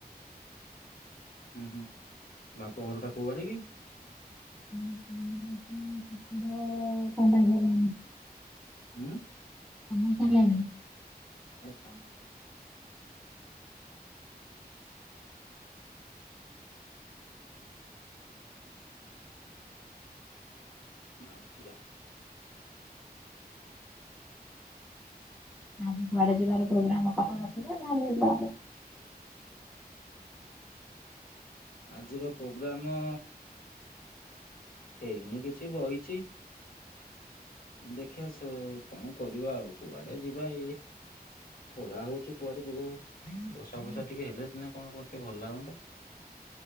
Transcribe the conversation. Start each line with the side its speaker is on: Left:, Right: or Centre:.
Left: ହୁ ହୁଁ, ବାପ ଘର ଟା କୋଉଆଡେ କି?
Centre: ମୋ <inaudible>
Left: ଉଁ?
Centre: କାମାକ୍ଷା ଲାଇନି।
Left: ଓ <unintelligible> ଆଉ କିରା।
Centre: ଆଜି କୁଆଡେ ଯିବାର ପ୍ରୋଗ୍ରାମ କରଥିଲ ନା, ଏମିତି ଯୁଆଡେ
Left: ଆଜିର ପ୍ରୋଗ୍ରାମ ହେଇନି କିଛି ବଇଚି। ଦେଖିବା ସେ କଣ କରିବା, ଆଉ କୁଆଡେ ଯିବା, ଏ ଖରା ହଉଛି କୁଆଡେ ଯିବ? ବର୍ଷା ଫର୍ଷା ଟିକେ ହେଲେ ସିନା କଣ କରିତେ ଭଲ ଲାଗନ୍ତା।